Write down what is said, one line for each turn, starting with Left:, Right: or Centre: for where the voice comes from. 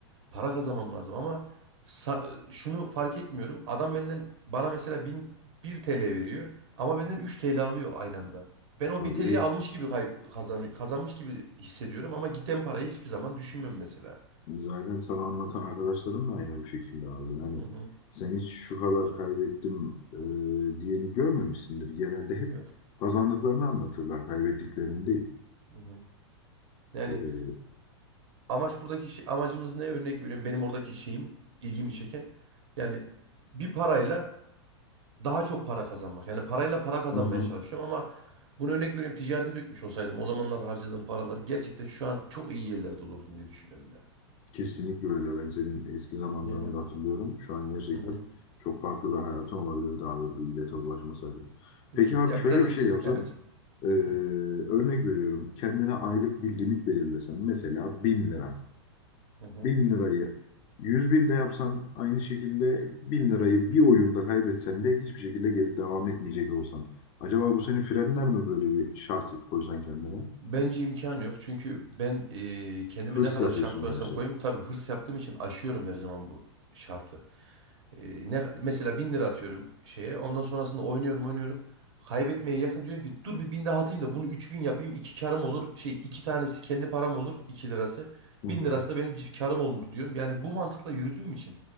Right: Para kazanmam lazım ama sa- şunu fark etmiyorum. Adam benden bana mesela bin, 1 TL veriyor ama benden 3 TL alıyor aynı anda. Ben o
Left: Tabii
Right: 1 TL'yi almış gibi kay- kazan kazanmış gibi hissediyorum ama giden parayı hiçbir zaman düşünmüyorum mesela.
Left: zaten sana anlatan arkadaşların da aynı bu şekilde abi. Hani
Right: Hı hı.
Left: sen hiç şu kadar kaybettim e, diyeni görmemişsindir. Genelde hep
Right: Yok.
Left: kazandıklarını anlatırlar, kaybettiklerini değil.
Right: Hı hı. Yani
Left: Ee,
Right: amaç buradaki şey, amacımız ne örnek veriyorum. Benim oradaki şeyim ilgimi çeken yani bir parayla daha çok para kazanmak. Yani parayla para kazanmaya
Left: hı hı.
Right: çalışıyorum ama bunu örnek veriyorum ticarete dökmüş olsaydım o zamanlar harcadığım paraları gerçekten şu an çok iyi yerlerde olurdum diye düşünüyorum ya.
Left: Kesinlikle öyle. Ben senin eski zamanlarını
Right: Yani.
Left: da hatırlıyorum. Şu an gerçekten
Right: Hı hı.
Left: çok farklı bir hayatın olabilirdi abi bu illete bulaşmasaydın. Peki
Right: Evet.
Left: abi
Right: Ya
Left: şöyle
Right: biraz da
Left: bir
Right: s-
Left: şey yapsan.
Right: evet.
Left: Ee, örnek
Right: Hı
Left: veriyorum. Kendine aylık bir limit belirlesen. Mesela 1000 lira.
Right: hı.
Left: bin lirayı 100 binde yapsan aynı şekilde 1000 lirayı bir oyunda kaybetsen de hiçbir şekilde geri devam etmeyecek olsan. Acaba bu seni frenler mi böyle bir şart koysan kendine?
Right: Bence imkan yok. Çünkü ben eee, kendime
Left: Hırs
Right: ne kadar
Left: yapıyorsun
Right: şart koyarsam
Left: gerçi.
Right: koyayım tabii hırs yaptığım için aşıyorum her zaman bu şartı. Eee, ne mesela bin lira atıyorum şeye. Ondan sonrasında oynuyorum oynuyorum. Kaybetmeye yakın diyorum ki dur bir bin daha atayım da bunu üç bin yapayım. iki karım olur. Şey iki tanesi kendi param olur. iki lirası.
Left: Hı hı.
Right: Bin lirası da benim c- karım olur diyorum. Yani bu mantıkla yürüdüğüm için